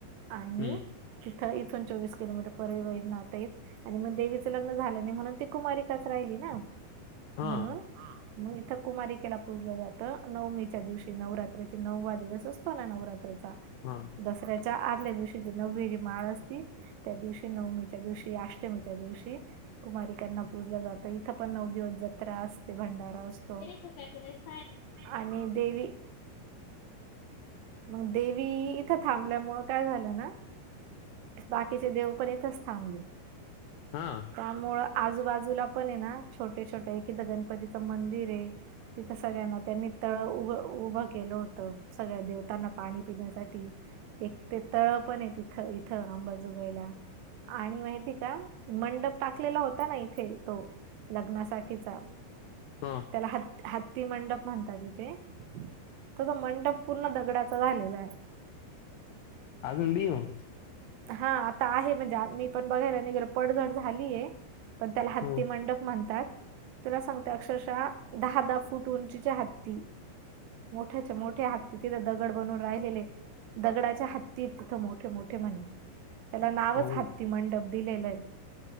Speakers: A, on the right; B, on the left.
A: आणि
B: हम्म
A: तिथं इथून चोवीस किलोमीटर परईवरईनाथ येत. आणि मग देवीचं लग्न झालं नाही म्हणून ती कुमारीकाच राहिली ना.
B: हा
A: म्हणून मग इथं कुमारिकेला पूजलं जातं नवमीच्या दिवशी नवरात्रीची नववा दिवस असतो ना, नवरात्रीचा?
B: हं.
A: दसऱ्याच्या आदल्या दिवशी, जी नववी जी माळ असती. त्या दिवशी, नवमीच्या दिवशी, अष्टमीच्या दिवशी कुमारीकांना पूजल जात. त इथं पण नऊ दिवस जत्रा असते, भंडारा असतो.
B: कायक <unintelligible>
A: आणि देवी
B: हो <inaudible>
A: मग देवी इथं थांबल्यामुंळ काय झालं ना? बाकीचे देव पण इथच थांबले,
B: हा हा
A: का मुळं आजूबाजूला पने ना छोटे-छोटे एक इथं गणपतीचं मंदिर ये. तिथं सगळ्यांना त्यांनी तळ उभ-उभं केलं होतं. सगळ्या देवतांना पाणी पिण्यासाठी, एक ते तळ पण ये तिथं. इथ आंबा जोगाईला. आणि माहिती का मंडप टाकलेला होता ना, इथे तो लग्नासाठीचा
B: हम्
A: त्याला हती हत्ती मंडप म्हणतात इथे तो जो मंडप पूर्ण दगडाचा त झालेलं आहे
B: अजुन बी <unintelligible>
A: हा आता आहे म्हणजे मी पण बघायला नाही गेलो पडझड झालीय पण त्याला हत्ती
B: हो
A: मंडप म्हणतात तुला सांगते अक्षरशः दहा, दहा फूट उंचीचे हत्ती मोठ्याच्या मोठ्या हत्त तिथ दगड बनून राहिलेले दगडाच्या हत्तीत तिथं मोठे, मोठे म्हणे त्याला नावच
B: हो
A: हत्ती मंडप दिलेलंय